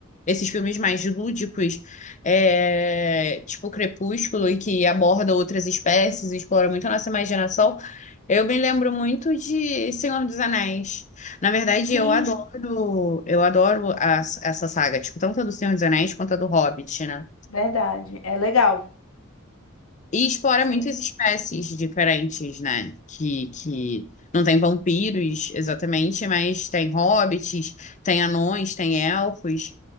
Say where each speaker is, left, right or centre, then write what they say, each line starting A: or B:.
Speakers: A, on the left; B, on the left.
A: esses filmes mais lúdicos, é, tipo Crepúsculo, e que aborda outras espécies, explora muito a nossa imaginação, eu me lembro muito de Senhor dos Anéis. Na verdade,
B: Sim,
A: eu adoro, eu adoro a- essa saga, tipo, tanto a do Senhor dos Anéis quanto a do Hobbit, né?
B: verdade. É legal.
A: E explora
B: Sim,
A: muitas espécies diferentes, né? Que, que não tem vampiros exatamente, mas tem hobbits, tem anões, tem elfos.